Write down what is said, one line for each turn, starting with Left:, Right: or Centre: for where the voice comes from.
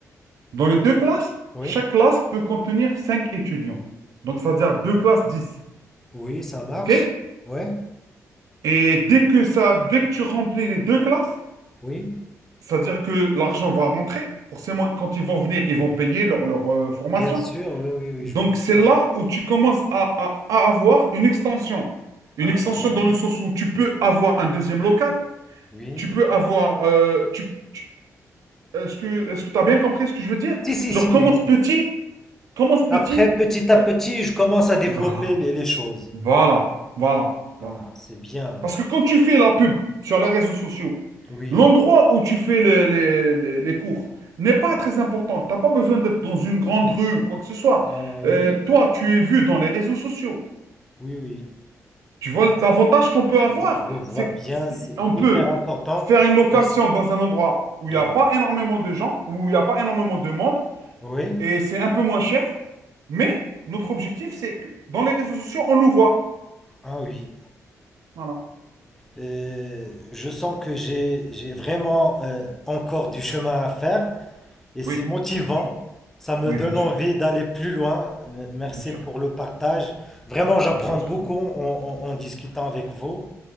Right: Dans les deux classes,
Centre: oui,
Right: chaque classe peut contenir cinq étudiants. Donc, ça veut dire deux classes, dix.
Centre: oui, ça marche.
Right: OK?
Centre: Ouais,
Right: Et dès que ça, dès que tu remplis les deux classes,
Centre: oui,
Right: c'est-à-dire que l'argent va rentrer. Forcément, quand ils vont venir, ils vont payer leur, leur euh, formation.
Centre: bien sûr, oui, oui, oui,
Right: Donc,
Centre: je vois
Right: c'est
Centre: bien.
Right: là où tu commences à, à- à avoir une extension. Une
Centre: Ah,
Right: extension dans le sens où tu peux avoir un deuxième local,
Centre: oui.
Right: tu peux avoir... euh, tu, tu- est-ce que, est-ce que tu as bien compris ce que je veux dire?
Centre: Si, si,
Right: Genre,
Centre: si.
Right: commence petit, commence petit.
Centre: Après, petit à
Right: euh,
Centre: petit, je commence à développer
Right: voilà,
Centre: les, les choses.
Right: voilà, voilà, voilà.
Centre: Ah, c'est bien.
Right: Parce que quand tu fais la pub sur les réseaux sociaux,
Centre: Oui.
Right: l'endroit où tu fais les, les- les- les cours n'est pas très important. Tu n'as pas besoin d'être dans une grande rue ou quoi que ce soit.
Centre: Ben
Right: Euh,
Centre: oui,
Right: toi, tu es vu dans les réseaux sociaux.
Centre: oui, oui.
Right: Tu vois, l'avantage qu'on peut avoir,
Centre: Je, je vois
Right: c'est
Centre: bien, c'est
Right: qu'on peut
Centre: hyper important.
Right: faire une location
Centre: de-
Right: dans un endroit où il n'y
Centre: Ah
Right: a pas
Centre: oui.
Right: énormément de gens, où il n'y a pas énormément de monde,
Centre: Oui,
Right: et c'est un peu moins cher. Mais notre objectif, c'est que dans les réseaux sociaux, on nous voit.
Centre: ah oui.
Right: Voilà.
Centre: Euh, je sens que j'ai, j'ai vraiment euh, encore du chemin à faire. Et c'est
Right: Oui,
Centre: motivant,
Right: bien sûr.
Centre: ça me
Right: Oui,
Centre: donne
Right: bien sûr.
Centre: envie d'aller plus loin. Euh, Merci
Right: Bien sûr.
Centre: pour le partage. Vraiment, j'apprends
Right: Il n'y a pas de
Centre: beaucoup
Right: souci.
Centre: en, en- en discutant avec vous.